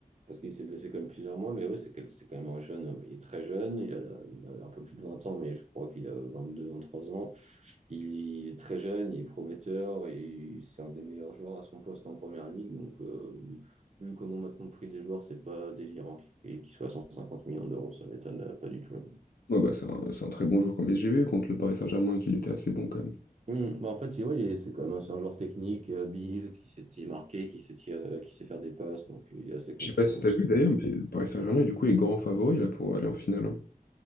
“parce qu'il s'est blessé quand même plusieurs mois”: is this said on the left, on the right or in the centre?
Right